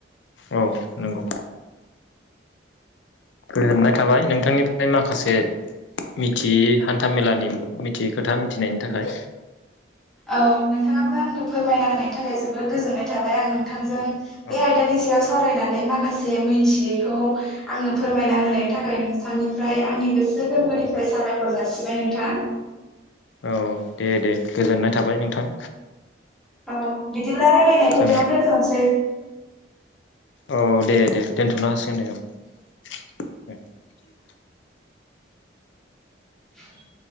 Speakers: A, on the left; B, in the centre.
A: औ नंगौ गोजोननाय थाबाय नोंथांनिफ्राय माखासे मिथियै हान्थामेलानि मिथियै खोथा मिथिनायनि थाखाय।
B: औ नोंथाङाबो आंनो फोरमायना होनायनि थाखाय जोबोद गोजोननाय थाबाय आं नोंथांजों बे
A: औ
B: आयदानि साव सावरायनानै माखासे मिथियैखौ आंनो फोरमायना होनायनि थाखाय नोंथांनिफ्राय आंनि गोसो गोरबोनिफ्राय साबायखर जासिबाय नोंथां।
A: औ दे दे गोजोननाय थाबाय नोंथां।
B: औ बिदिब्ला रायलायनायखौ
A: जों
B: बेयावनो दोनथ'नोसै।
A: औ दे दे। दोनथ'नो हासिगोन दे। <unintelligible>
B: <inaudible>